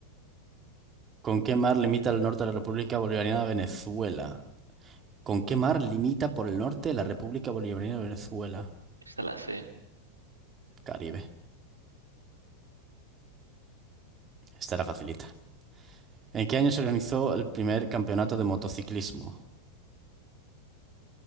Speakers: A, on the right; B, on the right.
A: ¿Con qué mar limita el norte de la República Bolivariana de Venezuela? ¿Con qué mar limita por el norte la República Bolivariana de Venezuela?
B: Esta la C.
A: Caribe. Esta era facilita. ¿En qué año se organizó el primer campeonato de motociclismo?